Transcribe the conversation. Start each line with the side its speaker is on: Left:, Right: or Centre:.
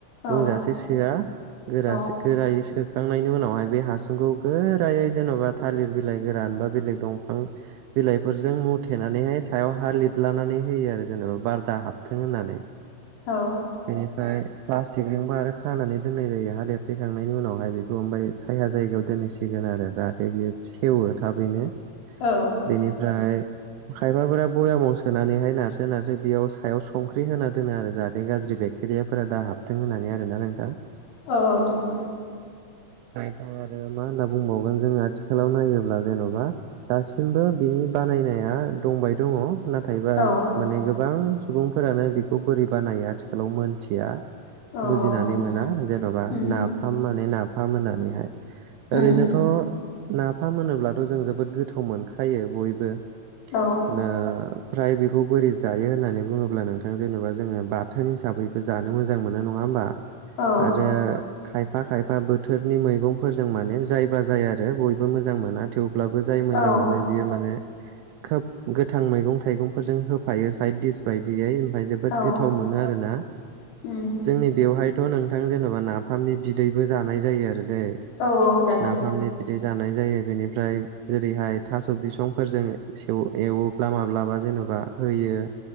Right: बुंजासै
Left: औ
Right: सोआ गोर
Left: औ
Right: गोरायो सो सोखांनायनि उनावहाय बे हासुंखौ गोरायै जेन'बा थालिर बिलाइ गोरान बा बेले दंफां बिलाइफोरजों मुथेनानैहाय सायाव हा लिरलानानै होयो आरो जेनेबा बार दा हाबथों होननानै
Left: औ
Right: बेनिफ्राय प्लास्टिकजोंबो आरो खानानै दोननाय जायो हहा लिरथैखांनायनि उनावहाय बेखौ ओमाय साया जायगायाव दोनहैसिगोन। आरो जाहाथे बेयो सेवो थाबैनो
Left: औ
Right: बेनिफ्राय खायफाफोरा बयामाव सोनानैहाय नारसो नारसो बेयाव सायाव संख्रि होना दोनो आरो जाहाथे गाज्रि बेक्टेरियाफोरा दा हाबथों होननानै आरोना नोंथां
Left: औ देना
Right: दा आरो मा होनना बुंबावगोन जोङो आथिखालाव नायोब्ला जेन'बा दासिमबो बिनि बानायनाया दंबाय दङ नाथायबा
Left: औ
Right: माने गोबां सुबुंफोरानो बेखौ बोरै बानाय आथिखालाव मोनथिया
Left: औ
Right: बुजिनानै
Left: मोनसे
Right: मोना जेन'बा
Left: उम
Right: नाफाम माने नाफाम होननानैहाय
Left: उम
Right: ओरैनोथ' नाफाम होनोब्लाथ' जों जोबोद गोथाव मोनखायो बयबो
Left: औ
Right: ना ओमफ्राय बेखौ बोरै जायो होननानै बुङोब्ला नोंथां जेनेबा जोङो बाथोन हिसाबैबो जानो मोजां मोनो नङा होमबा?
Left: औ
Right: आरो खाय खफा खायफा बोथोरनि मैगंफोरजों माने जायबा जाया आरो बयबो मोजां मोना थेवबो अब्लाबो जाय मोजां
Left: औ
Right: मोनो बियो माने खोब गोथां मैगं थाइगंफोरजों होफायो साइद दिस बायदियै जोबोद
Left: औ
Right: गोथाव मोनो आरोना
Left: उम
Right: जोंनि बेवहायथ' नों थां जेनेबा नाफामनि बिदैबो जानाय जायो आरो दै
Left: औ जायो
Right: नाफामनि बिदै जानाय जायो बेनिफ्राय जेरैहाय थास' बिसंफोरजों सेव एवोब्ला माब्लाबा जेनेबा होयो।